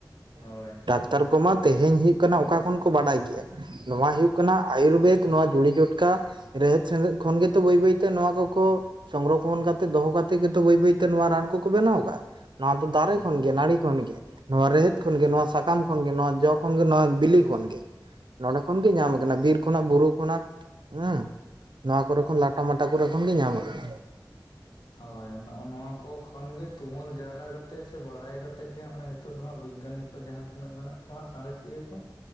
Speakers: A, on the left (about 70°); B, on the right (about 85°).
A: ᱦᱳᱭ
B: ᱱᱮᱛᱟᱨ ᱠᱚ ᱢᱟ ᱛᱮᱦᱮᱧ ᱦᱩᱭᱩᱜ ᱠᱟᱱᱟ ᱚᱠᱟ ᱠᱷᱚᱱ ᱠᱚ ᱵᱟᱰᱟᱭ ᱜᱮᱭᱟ ᱱᱚᱣᱟ ᱦᱩᱭᱩᱜ ᱠᱟᱱᱟ ᱟᱹᱭᱩᱨᱵᱮᱫ ᱱᱚᱣᱟ ᱡᱩᱲᱤ ᱡᱚᱴᱠᱟ ᱨᱮᱦᱮᱫ ᱥᱮᱸᱥᱮᱫᱮᱫ ᱠᱷᱚᱱ ᱜᱮᱛᱚ ᱵᱟᱹᱭ ᱵᱟᱹᱭᱛᱮ ᱱᱚᱣᱟ ᱠᱚᱠᱚ ᱥᱚᱝᱨᱚᱠᱠᱷᱚᱱ ᱠᱟᱛᱮ ᱫᱚᱦᱚ ᱠᱟᱛᱮᱫ ᱜᱮᱛᱚ ᱵᱟᱹᱭ ᱵᱟᱹᱭᱛᱮ ᱱᱚᱣᱟ ᱨᱟᱱ ᱠᱚᱠᱚ ᱵᱮᱱᱟᱣ ᱠᱟᱜ-ᱟ ᱱᱚᱣᱟ ᱫᱚ ᱫᱟᱨᱮ
A: ᱦᱩᱸ
B: ᱠᱷᱚᱱᱜᱮ ᱱᱟᱲᱤ ᱠᱷᱚᱱᱜᱮ ᱱᱚᱣᱟ ᱨᱮᱦᱮᱫ ᱠᱷᱚᱱᱜᱮ ᱱᱚᱣᱟ ᱥᱟᱠᱟᱢ ᱠᱷᱚᱱᱜᱮ ᱱᱚᱣᱟ ᱡᱚ ᱠᱷᱚᱱᱜᱮ ᱱᱚᱣᱟ ᱵᱤᱞᱤ ᱠᱷᱚᱱᱜᱮ ᱱᱚᱰᱮ ᱠᱷᱚᱱ ᱜᱮ ᱧᱟᱢ ᱟᱠᱟᱱᱟ ᱵᱤᱨ ᱠᱷᱚᱱᱟᱜ ᱵᱩᱨᱩ ᱠᱷᱚᱱᱟᱜ ᱦᱮᱸ ᱱᱚᱣᱟ ᱠᱚᱨᱮ ᱠᱷᱚᱱ ᱞᱟᱴᱟ ᱢᱟᱴᱟ ᱠᱚᱨᱮ ᱠᱷᱚᱱ ᱜᱮ ᱧᱟᱢ ᱟᱠᱟᱫᱟ
A: ᱦᱳᱭ ᱱᱚᱸᱜ ᱱᱚᱣᱟ ᱠᱚ ᱠᱷᱚᱱᱟᱜ ᱛᱩᱢᱟᱹᱞ ᱡᱟᱣᱨᱟ ᱠᱟᱛᱮᱜ ᱥᱮ ᱵᱟᱲᱟᱭ ᱠᱟᱛᱮ ᱛᱮᱫ ᱜᱮ ᱱᱚᱜ-ᱚᱭ ᱱᱤᱛᱚᱜ ᱫᱚ ᱦᱟᱸᱜ ᱵᱤᱜᱽᱜᱟᱱᱤ ᱠᱚ ᱡᱟᱦᱟᱸ ᱛᱤᱱᱟᱹᱜ ᱢᱮᱱᱟᱜ ᱠᱚᱣᱟ ᱥᱟᱬᱮᱥᱤᱭᱟᱹ ᱠᱚ